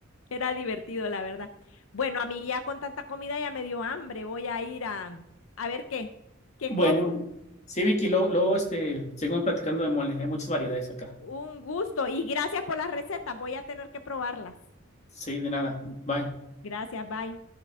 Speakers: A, on the left; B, on the left.
A: era divertido, la verdad. Bueno, a mí ya con tanta comida ya me dio hambre, voy a ir a, a ver qué, qué
B: Bueno,
A: como.
B: sí, Vicky, luego, luego, este, seguimos platicando de mole. Hay muchas variedades acá.
A: Un gusto y gracias por las recetas, voy a tener que probarlas.
B: Sí, de nada. Bye.
A: Gracias, bye.